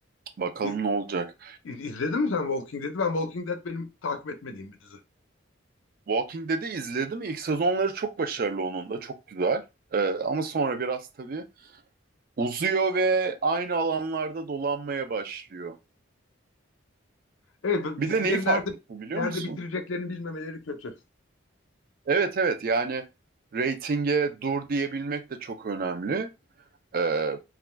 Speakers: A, on the right; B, on the left.
A: bakalım
B: İz,
A: ne olacak.
B: iz- izledin mi sen Walking Dead'i? Ben Walking Dead benim takip etmediğim bir dizi.
A: Walking Dead'i izledim. İlk sezonları çok başarılı onun da. Çok güzel. E, ama sonra biraz tabii Uzuyor ve aynı alanlarda dolanmaya başlıyor.
B: Evet, bu
A: Bir
B: dizileri
A: de neyi fark
B: nerede
A: etti biliyor
B: nerede
A: musun?
B: bitireceklerini bilmemeleri kötü.
A: Evet evet yani reytinge dur diyebilmek de çok önemli. Ee,